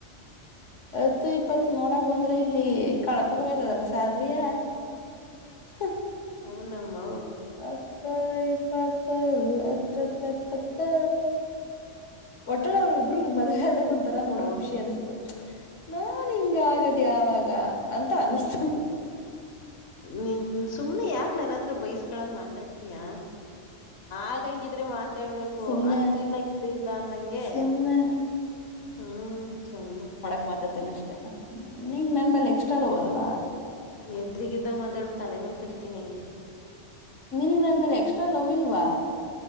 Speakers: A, on the left; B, on the left.
A: ಹತ್ತು ಇಪ್ಪತ್ ನೋಡಕ್ ಬಂದ್ರೆ ಇಲ್ಲಿ ಕಳ್ಕಬೇಕಯ್ತದಲ್ಲ ಸ್ಯಲ್ರಿಯ. ಹ
B: ಹ್ಮ್ ನಮ್ಮೋ.
A: ಹತ್ತೋ ಇಪ್ಪತ್ತೋ ಹತ್ತತ್ತ ಎಪ್ಪತ್ತೋ. ಒಟ್ಟೆಲ ಅವ್ರ ಇಬ್ರು ಮದ್ವೆ ಆದಾಗ ಒಂತರ ನೋಡಕ
B: ಹೌದು
A: ಖುಷಿ ಅನ್ಸ್ತ ತು ನಾನ್ ಹಿಂಗ ಆಗದ ಯಾವಾಗ ಅಂತ ಅನಸ್ತು
B: ನಿನ್ ಸುಮ್ನೆ ಯಾಕ ನನ್ನತ್ರ ಬೈಸ್ಕಳಂಗ ಮಾತಾಡ್ತೀಯಾ. ಆಗಂಗಿದ್ರೆ ಮಾತಾಡ್ಬೇಕು
A: ಸುಮ್ನೆ
B: ಅತ್ತು ಇಲ್ಲ ಇತ್ತು ಇಲ್ಲ ಅನ್ನಂಗೆ.
A: ಸುಮ್ನೆ
B: ಹ್ಮ್ ಚಲೋನೆ.
A: ಮಾತಾಡ್ತೀನ ಅಷ್ಟೇ ನೀಂಗ ನನ್ ಮೇಲೆ ಎಕ್ಸ್ಟ್ರಾ ಲವ್ ಅಲ್ವಾ.
B: ಏದ್ರಿಗ್ ಇದ್ದಾಗ ಮಾತಾಡ ತಲೆ ಮೇಲೆ ಕಡಿತೀನಿ ಹಂಗೆ.
A: ನಿನ್ ನಮ್ಮೆಲ್ ಎಕ್ಸ್ಟ್ರಾ ಲವ್ ಇಲ್ವಾ.